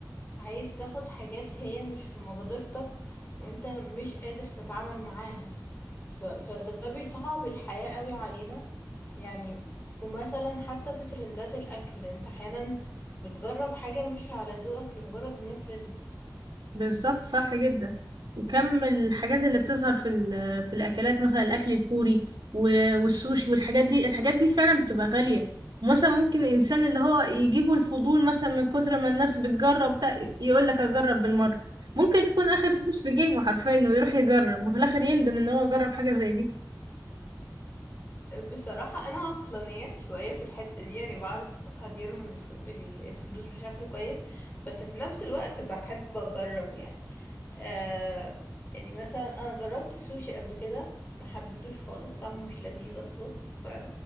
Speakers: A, on the left; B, on the right.
A: عايز تاخد حاجات هي مش في مقدرتك وانت مش قادر تتعامل معاها ف... فده بيصعب الحياة قوي علينا يعني ومثلا حتى في ترندات الاكل انت احيانا بتجرب حاجة مش على ذوقك لمجرد ان هي ترند
B: بالظبط صح جدا وكم الحاجات اللي بتظهر في ال- في الاكلات مثلا الاكل الكوري و- والسوشي والحاجات دي الحاجات دي فعلا بتبقى غالية ومثلا ممكن الانسان اللي هو يجيبه الفضول مثلا من كتر ما الناس بتجرب ده يقول لك اجرب بالمرة ممكن تكون اخر فلوس في جيبه حرفيا ويروح يجرب وفي الاخر يندم ان هو جرب حاجة زي دي
A: بصراحة أنا عقلانية شوية في الحتة دي يعني بعرف أدير الف- ال- الفلوس بشكل كويس بس في نفس الوقت بحب أجرب يعني آه يعني مثلا أنا جربت السوشي قبل كده ما حبيتوش خالص طعمه مش لذيذ أصلا ف-